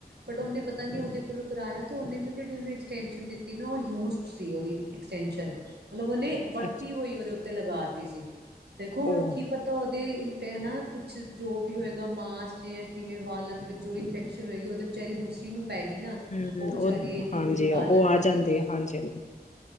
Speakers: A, on the right; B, on the left.
A: ਬਟ ਉਹਨੇ ਪਤਾ ਨ ਉਹਦੇ ਕੋਲੋਂ ਕਰਵਾਇਆ ਤੇ ਉਹਨੇ ਨਾ ਜਿਹੜੀ ਉਹਨੇ ਐਕਸਟੈਨਸ਼ਨ ਦਿੱਤੀ ਨਾ ਉਹ ਯੂਜ਼ ਸੀ ਉਹਦੀ ਐਕਸਟੈਂਸ਼ਨ। ਮਤਲਬ ਉਹਨੇ ਵਰਤੀ
B: ਅੱਛਾ
A: ਹੋਈ ਉਹ ਤੇ ਲਗਾ ਦਿੱਤੀ ਸੀ। ਦੇਖੋ ਹੁਣ
B: ਉਹ
A: ਕੀ ਪਤਾ ਉਹ ਅਤੇ ਇਨਫ ਹੈ ਨਾ ਕੁਛ ਜੋ ਵੀ ਹੋਏਗਾ ਮਾਸ ਜ ਜਾਂ ਕਿਵੇਂ ਵਾਲਾਂ ਦੇ ਵਿੱਚ ਜੋ ਇਨਫੈਕਸ਼ਨ ਹੋਏਗੀ ਉਹ ਤਾਂ ਵਿ ਚਾਰੀ ਦੂਸਰੀ ਨੂੰ ਪੈ ਗਈ ਨਾ
B: ਹੂੰ
A: ਉਹ ਬੇਚਾਰੀ ਇੰਨੀ
B: ਹਾਂਜੀ
A: ਬੁਰੀ ਹਾਲਤ
B: ਉਹ ਆ
A: ਉਹਦੀ।
B: ਜਾਂਦੇ ਹਾਂਜੀ-ਹਾਂਜੀ